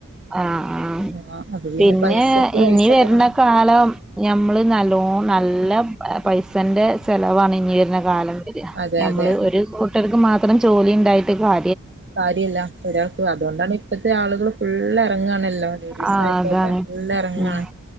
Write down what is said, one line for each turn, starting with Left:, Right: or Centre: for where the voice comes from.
Centre: ആ ആ
Right: ആഹ് അത്
Centre: പിന്നെ
Right: പൈസക്ക്
Centre: ഇനി
Right: പൈസല്ലേ
Centre: വരുന്ന
Right: വേണം
Centre: കാലം ഞമ്മള് നല്ലോൺ നല്ല പൈസന്റെ ചെലവാണ് ഇനി വരുന്ന കാലം
Right: അതെ
Centre: നമ്മള്
Right: അതെ
Centre: ഒരു കൂട്ടർക്ക് മാത് ഇത്തരം ജോലി ഉണ്ടായിട്ട് കാ
Right: കാര്യല്ല ഒരാൾക്ക് അതുകൊണ്ടാണ് ഇപ്പത്തെ ആളുകള് ഫുള്ള് തങ്ങാണല് ലേഡീസ്
Centre: ആഹ്
Right: ആയിക്കോട്ടെ
Centre: അതാണ്
Right: ഫുള്ള് ഇറങ്ങാണ്
Centre: ഉം